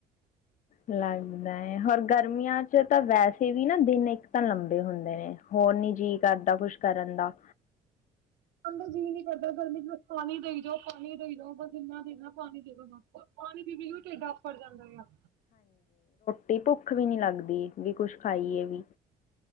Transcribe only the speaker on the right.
ਅੰਦਾ ਜੀਅ ਨੀ ਕਰਦਾ ਚ ਬਸ ਗਰਮੀ ਪਾਣੀ ਦੇਈ ਜਾਓ, ਪਾਣੀ ਦੇਈ ਦਓ ਬਸ ਇੰਨਾ ਦੇਣਾ ਪਾਣੀ ਦੇ ਦੋ ਬਸ। ਪਾਣੀ ਪੀ-ਪੀ ਕੇ ਟੇਡ ਆਫਰ ਜਾਂਦਾ ਆ।